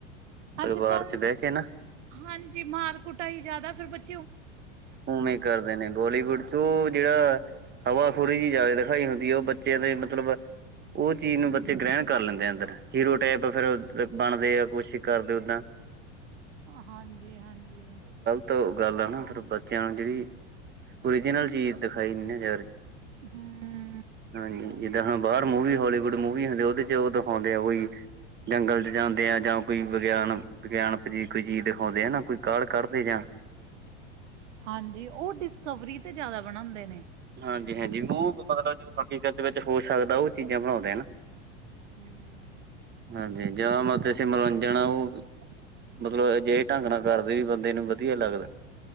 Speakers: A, on the right; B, on the right.
A: ਪਰਿਵਾਰ
B: ਅੱਜ-ਕੱਲ
A: ਚ ਬਹਿ ਕੇ ਨਾ
B: ਹਾਂਜੀ ਮਾਰ ਕੁਟਾਈ ਜ਼ਿਆਦਾ ਫਿਰ ਬੱ
A: ਉਵੇਂ ਕਰਦੇ ਨੇ ਬੋਲੀਵੁੱਡ ਚ ਉਹ ਜਿਹੜਾ ਹਵਾ ਖੁਰੀ ਜਿਹੀ ਜ਼ਿਆਦਾ ਦਿਖਾਈ ਹੁੰਦੀ ਆ ਉਹ ਬੱਚਿਆਂ ਦੇ ਮਤਲਬ ਉਹ ਚੀਜ਼ ਨੂੰ ਬੱਚੇ ਗ੍ਰਹਿਣ ਕਰ ਲੈਂਦੇ ਆ ਅੰਦਰ। ਹੀਰੋ ਟਾਈਪ ਫਿਰ ਬਣਦੇ ਆ, ਕੋਸ਼ਿਸ਼ ਕਰਦੇ ਓਦਾਂ।
B: ਹਾਂਜੀ ਹਾਂਜੀ।
A: ਤੋ ਗੱਲ ਆ ਨਾ ਫਿਰ ਬੱਚਿਆਂ ਨੂੰ ਜਿਹੜੀ, ਓਰੀਜਨਲ ਚੀਜ਼ ਦਿਖਾਈ ਨੀ ਨਾ ਜਾ ਰਹੀ।
B: ਹੂੰ।
A: ਹਾਂਜੀ ਜਿੱਦਾਂ ਹੁਣ ਬਾਹਰ ਮੂਵੀ ਹੋਲੀਵੁੱਡ ਮੂਵੀ ਹੁੰਦੀ ਉਹਦੇ ਚ ਉਹ ਦਿਖਾਉਂਦੇ ਆ ਓਈ ਜੰਗਲ ਚ ਜਾਂਦੇ ਆ ਜਾਂ ਕੋਈ ਵਿਗਿਆਨ ਵਿਗਿਆਨਪ ਜੀ ਕੋਈ ਚੀਜ਼ ਦਿਖਾਉਂਦੇ ਹਨਾ ਕੋਈ ਕਾਲ ਕੱਢਦੇ ਜਾਂ
B: ਹਾਂਜੀ ਉਹ ਡਿਸਕਵਰੀ ਤੇ ਜ਼ਿਆਦਾ ਬਣਾਉਂਦੇ ਨੇ।
A: ਹਾਂਜੀ ਹਾਂਜੀ ਉਹ ਮਤਲਬ ਜੋ ਹਕੀਕਤ ਦੇ ਵਿੱਚ ਹੋ ਸਕਦਾ ਉਹ ਚੀਜ਼ਾਂ ਬਣਾਉਂਦੇ ਆ ਨਾ।
B: ਹੂੰ।
A: ਹਾਂਜੀ ਹਾਂਜੀ ਜਾ ਉੱਥੇ ਸੀ ਮਨੋਰੰਜਨ ਉਹ ਮਤਲਬ ਅਜਿਹੇ ਢੰਗ ਨਾਲ ਕਰਦੇ ਵੀ ਬੰਦੇ ਨੂੰ ਵਧੀਆ ਲੱਗਦਾ।